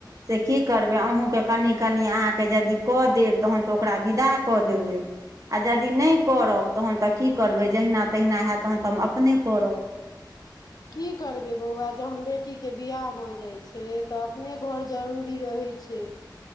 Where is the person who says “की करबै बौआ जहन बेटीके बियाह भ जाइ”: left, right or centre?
Left